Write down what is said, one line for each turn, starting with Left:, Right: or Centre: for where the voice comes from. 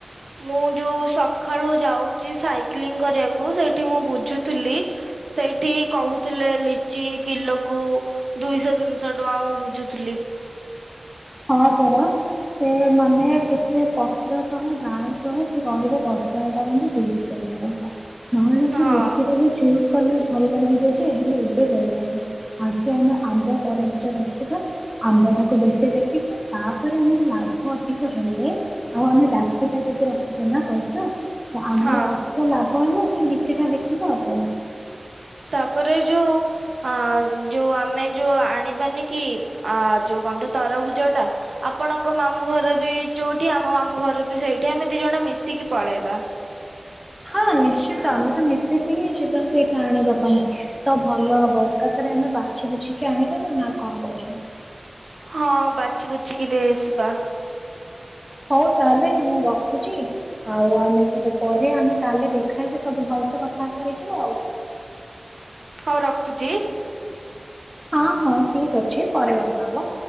Right: ମୁଁ ଯୋଉ ସଖାଳୁ ଯାଉଛି ସାଇକେଲିଂ କରିବାକୁ ସେଇଠି ମୁଁ ବୁଝୁଥିଲି ସେଇଠି କହୁଥିଲେ ଲିଚି କିଲୋକୁ ଦିଇଶହ ତିନିଶହ ଟଙ୍କା ମୁଁ ବୁଝୁଥିଲି।
Centre: ହଁ ପରା ସେ ମାନେ କେତେ ପତ୍ର ସହ ଡାଳ ସହ ସେ ରହିବ ଦଶ ବାରଟା ଖଣ୍ଡେ ତିନିଶହ ତିନିଶହ ଟଙ୍କା ନହେଲେ ସେ
Right: ହଁ
Centre: ଲିଚିର ବି ଜୁସ୍ କଲେ ଭଲ ଲାଗିବ ଯେ ।ହେଲେ ଏବେ କରିବା ଆଗେ ଆମେ ଆମ୍ବ ତରଭୁଜା ଦେଖିବା ଆମ୍ବ ଟାକୁ ବେଶୀ ଦେଖ ତାପରେ ଆମର ଲାଭ ଅଧିକ ହେଲେ ଆଉ ଆମେ ବାକ୍ସଟା ରେ ବି ରଖିଛ ନା ପଇସା ତ ଆମର
Right: ହଁ
Centre: ଅଧିକ ଲାଭ କହିଲ ଆମେ ଲିଚଟା ଦେଖିବା ଆଉ କଣ?
Right: ତାପରେ ଯୋଉ ଅ ଯୋଉ ଆମେ ଯୋଉ ଆଣିବାନି କି ଯୋଉ କହନ୍ତି ତରଭୁଜ ଟା ଆପଣଙ୍କ ମାମୁଁ ଘର ବି ଯୋଉଠି ଆମ ମାମୁଁ ଘର ବି ସେଇଠି ଆମେ ଦି ଜଣ ମିଶିକି ପଳେଇବା।
Centre: ହଁ ନିଶ୍ଚିନ୍ତ ଆମେ ତ ମିଶିକି ହିଁ ଯିବା ସେଇଠା ଆଣିବା ପାଇଁ ତ ଭଲ ହବ ଏକାଥାରେ ଆମେ ବାଛି ବୁଛିକି ଆଣିଦବା ନା କଣ କହୁଛନ୍ତି।
Right: ହଁ ବାଛି ବୁଛିିକି ଦେଇ ଆସିବା।
Centre: ହଉ ତାହେଲେ ମୁଁ ରଖୁଛି ଆଉ ଆମେ କେବେ ପରେ ଆମେ କାଲି ଦେଖା ହେଇକି ସବୁ ଭଲସେ କଥାବାର୍ତ୍ତା ହେଇଯିବ ଆଉ।
Right: ହଉ ରଖୁଛି।
Centre: ହଁ ହଁ ଠିକ ଅଛି ପରେ କଥା ହବା।